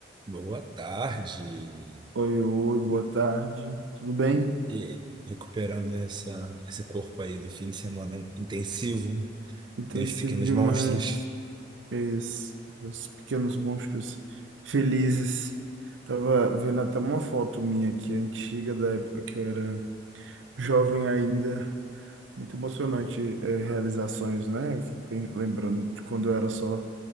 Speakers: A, on the right (about 25°); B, on the right (about 80°).
A: Boa tarde.
B: Oi, oi, boa tarde. Tudo bem?
A: E recuperando essa, esse corpo aí do fim de semana intensivo,
B: Intensivo
A: dois pequenos
B: demais.
A: monstros,
B: Fez os pequenos monstros felizes. Tava vendo até uma foto minha aqui, antiga, da época que eu era jovem ainda. Muito emocionante, eh, realizar sonhos, né? Eu fico pen- Lembrando de quando eu era só